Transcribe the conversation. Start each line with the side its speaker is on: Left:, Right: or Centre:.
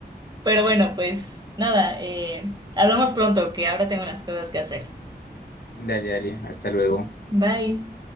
Right: Pero bueno, pues nada, eh, hablamos pronto, que ahora tengo unas cosas que hacer.
Left: Dale, dale, hasta luego.
Right: Bye.